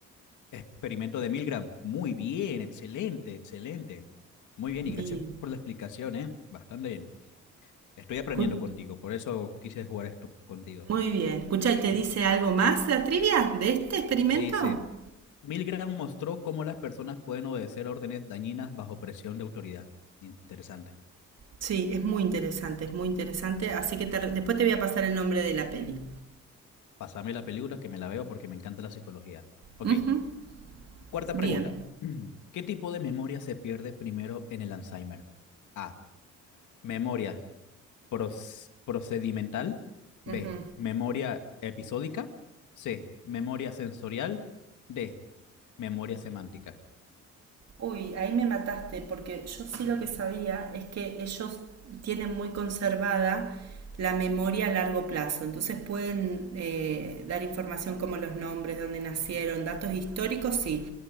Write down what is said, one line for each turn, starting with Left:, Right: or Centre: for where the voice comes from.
Left: Experimento de Milgram. Muy bien, excelente, excelente. Muy bien,
Right: Bien.
Left: y gracias por la explicación, ¿eh? Bastante bien. Estoy aprendiendo
Right: Cu-
Left: contigo, por eso quise jugar esto contigo.
Right: Muy bien. Escucha, ¿y te dice algo más la trivia de este experimento?
Left: Te dice, Milgram mostró cómo las personas pueden obedecer órdenes dañinas bajo presión de autoridad. Interesante.
Right: Sí, es muy interesante, es muy interesante. Así que te re- después te voy a pasar el nombre de la peli.
Left: Pásame la película que me la veo porque me encanta la psicología. Ok,
Right: Ujú,
Left: cuarta
Right: Bien.
Left: pregunta. <clears throat> ¿Qué tipo de memoria se pierde primero en el Alzheimer? A. Memoria Pros- procedimental. B.
Right: Ujú.
Left: Memoria episódica. C. Memoria sensorial. D. Memoria semántica.
Right: Uy, ahí me mataste, porque yo sí lo que sabía es que ellos tienen muy conservada la memoria a largo plazo, entonces pueden eh, dar información como los nombres, dónde nacieron, datos históricos, sí,